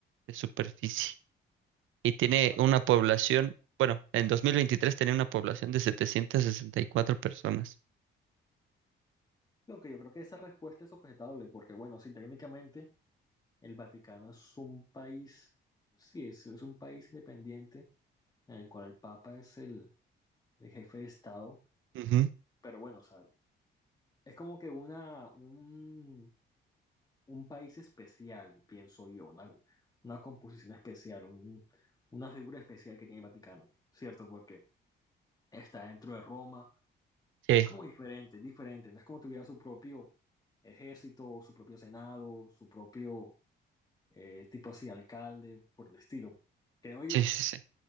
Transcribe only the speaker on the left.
Pero-
Aunque yo creo que esa respuesta es objetable, porque bueno, sí, técnicamente el Vaticano es un país, sí, es, es un país independiente en el cual el Papa es el, el jefe de Estado,
pero bueno, o sea, es como que una, un un país especial, pienso yo, una, una composición especial, un- una figura especial que tiene el Vaticano, ¿cierto? Porque está dentro de Roma,
es como diferente, es diferente, no es como tuviera su propio ejército, su propio senado, su propio eh, tipo así, alcalde, por el estilo. Creo yo,